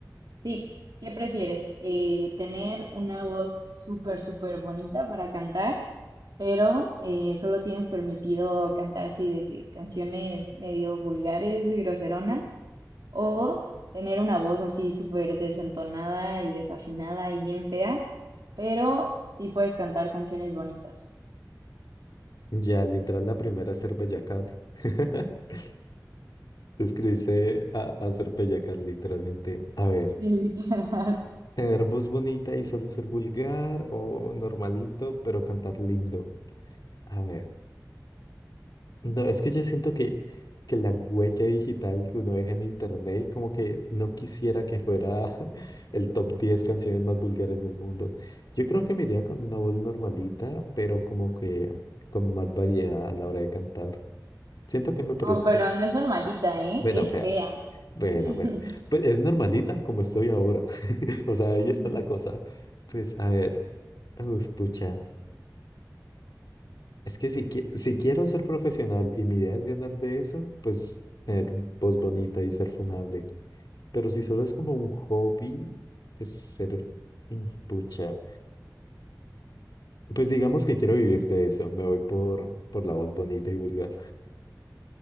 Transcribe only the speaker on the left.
Ya, literal, la primera es ser bellacat. <laughs> Te escribiste a, a ser bellacat, literalmente. A ver,
tener voz bonita y solo ser vulgar o normalito, pero cantar lindo. A ver. No, es que yo siento que, que la huella digital que uno deja en internet, como que no quisiera que fuera <laughs> el top 10 canciones más vulgares del mundo. Yo creo que me iría con una voz normalita, pero como que con más variedad a la hora de cantar. Siento que me parece,
bueno,
fea,
bueno,
bueno. Pues es normalita como estoy ahora. <laughs> O sea, ahí está
la cosa. Pues a ver, uf, pucha. Es que si, qui- si quiero ser profesional y mi idea es ganar de eso, pues tener voz bonita y ser funable. Pero si solo es como un hobby, pues ser mm, pucha. Pues digamos que quiero vivir de eso. Me voy por, por la voz bonita y vulgar.